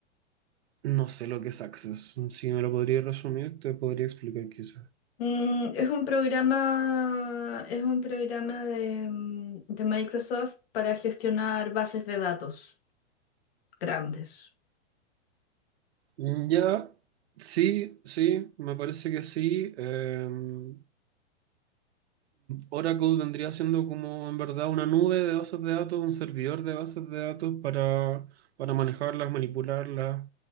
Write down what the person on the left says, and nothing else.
Mm, es un programa, es un programa de, mm, de Microsoft para gestionar bases de datos grandes.